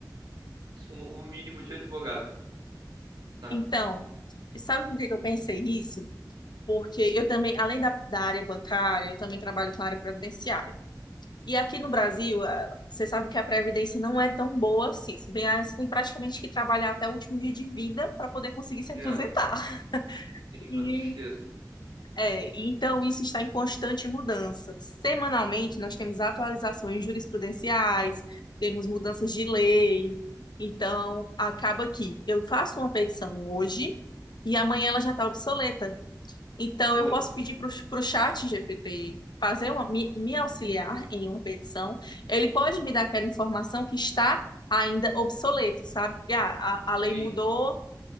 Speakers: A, on the right; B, on the left.
A: o o mínimo de advogado, sabe?
B: então, sabe por que que eu pensei isso? Porque eu também, além da, da área bancária, eu também trabalho com a área previdenciária. E aqui
A: Uhum.
B: no Brasil, a- você sabe que a previdência não é tão boa assim. Se bem, ah, você tem praticamente que trabalhar até o último dia de vida para poder conseguir se aposentar.
A: É,
B: <laughs>
A: tem uma
B: E,
A: tristeza.
B: é, então, isso está em constante mudança. Semanalmente, nós temos atualizações jurisprudenciais, temos mudanças de lei. Então, acaba que eu faço uma petição hoje e amanhã ela já está obsoleta. Então,
A: Putz,
B: eu posso pedir para o chat GPT fazer uma, me, me auxiliar em uma petição. Ele pode me dar aquela informação que está ainda obsoleta, sabe? Porque, ah, a, a lei
A: sim,
B: mudou,